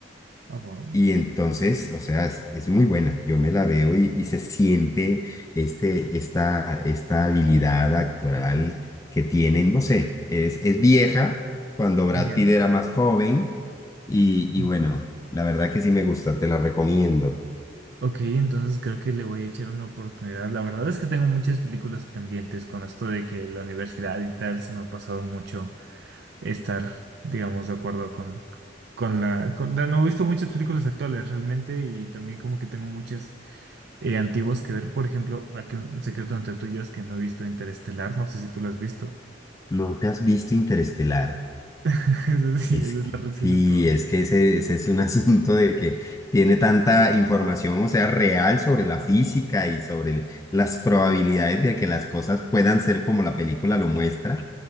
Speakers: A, on the right (about 60°); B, on the left (about 15°).
A: Ah, wow.
B: Y entonces, o sea, es, es muy buena. Yo me la veo y, y se siente este, esta, esta habilidad actoral que tienen. No sé, es, es vieja cuando Brad
A: Ya.
B: Pitt era más joven. Y,
A: Mm,
B: y bueno, la verdad que sí me gusta, te la recomiendo.
A: Ok, entonces creo que le voy a echar una oportunidad. La verdad es que tengo muchas películas pendientes con esto de que la universidad y tal se me ha pasado mucho estar, digamos, de acuerdo con, con la... con- no he visto muchas películas actuales realmente y también como que tengo muchas eh, antiguas que ver. Por ejemplo, aquí un secreto entre tú y yo es que no he visto Interestelar, no sé si tú lo has visto.
B: ¿No te has visto Interestelar?
A: <laughs> Eso sí,
B: Es
A: esa
B: que,
A: es la reacción
B: sí,
A: de todos.
B: es que ese, ese es un <laughs> asunto de que tiene tanta información, o sea, real sobre la física y sobre el- las probabilidades de que las cosas puedan ser como la película lo muestra.